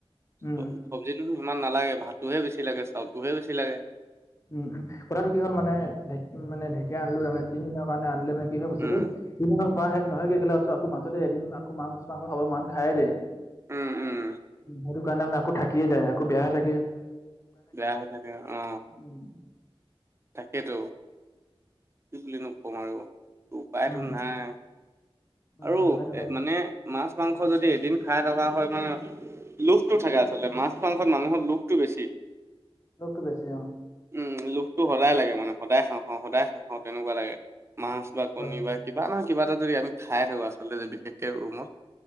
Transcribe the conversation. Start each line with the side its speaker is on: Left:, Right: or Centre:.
Left: উম,
Right: চ-চব্জি
Left: উম।
Right: টো, ইমান নালাগে ভাতোহে বেছি লাগে, চাউলটোহে বেছি লাগে।
Left: উম, উম, কথাটো কি হ'ল মানে ঢ মানে ঢেকীয়া আনো তাৰে তিনিদিনৰ কাৰণে আনিলে মানে কি হয় বস্তটো
Right: উম,
Left: খোৱা শেষ নহয় গৈাস আকৌ মাজতে এদিনকৌ মাং-মাংস খাব মান খাই দে
Right: উম, উম।
Left: সেইটো কাৰণে মানে আকৌ থাকিয়ে যায় আকৌ বেয়া হৈ থাকে।
Right: বেয়া হৈ থাকে অ,
Left: উম
Right: তাকেত, কি বুলি নো কম আৰু। উপায়তো
Left: উম
Right: নাই
Left: উম
Right: আৰু
Left: সেইটো হয়
Right: এ মানে। মাছ-মাংস যদি এদিন খাই থকা হয় মানে লোভটো থাকে আচলতে মাছ-মাংসত মানুহৰ লোভটো বেছি।
Left: ৰ'দটো বেছি অ,
Right: উম লোভটো সদায় লাগে মানে, সদায় খাওঁ, খাওঁ সদায় খাওঁ, খাওঁ তেনেকুৱা লাগে মাছ বা কণী
Left: হয় হয়
Right: বা কিবা নহয় কিবা এটা যদি আমি খাই থাকো, আচলতে বিশেষকে ৰুমত